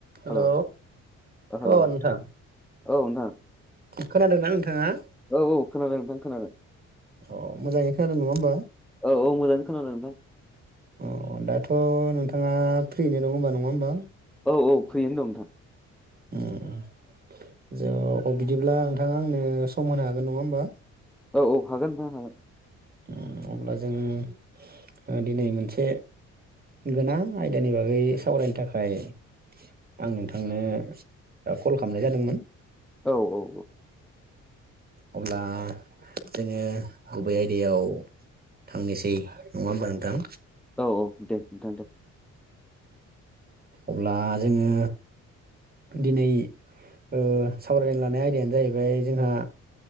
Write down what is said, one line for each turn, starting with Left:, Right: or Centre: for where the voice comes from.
Right: हेलौ
Centre: हेल ओ हेल
Right: अ
Centre: औ
Right: नोंथां
Centre: नोंथां
Right: खोनादोंना नोंथाङा?
Centre: औ औ खोनादों नोंथां खोनादों
Right: अ मोजाङै खोनादों नङा होमबा?
Centre: औ औ मोजाङै खोनादों नोंथां
Right: अ दाथ नोंथाङा फ्रियैनो दं होनबा नङा होमबा?
Centre: औ औ फ्रियैनो दं नोंथां
Right: उम उम जोङो अ बिदिब्ला नोंथाङा आंनो सम होनो हागोन नङा होमबा?
Centre: औ औ हागोन नोंथां हागोन
Right: उम अब्ला जों दिनै मोनसे गोनां आयदानि बागै सावरायनो थाखाय आं नोंथांनो ओ कल खालामनाय जादोंमोन
Centre: औ औ औ
Right: अब्ला जोङो गुबै आय दायाव थांनोसै नङा होमबा नोंथां?
Centre: औ औ दे नोंथां दे
Right: अब्ला जोङो दिनै ओ सावरायनो लानाय आयदायानो जाहैबाय जोंहा